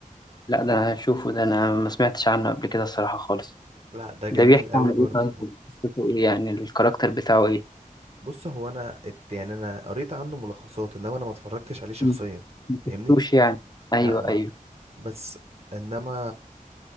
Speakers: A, on the left; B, on the right.
A: لا ده أنا هشوفه ده أنا ما سمعتش عنه قبل كده الصراحة خالص
B: لا ده جميل
A: ده بيحكي
B: قوي
A: عن ايه
B: برضو
A: طيب قصته ايه يعني الكاركتر بتاعه ايه
B: بص هو انا ات... يعني انا قريت عنه ملخصات انما انا ما اتفرجتش عليه شخصيا
A: م- ما
B: فاهمني
A: شفتوش يعني أيوه
B: لا ما
A: أيوه
B: بس انما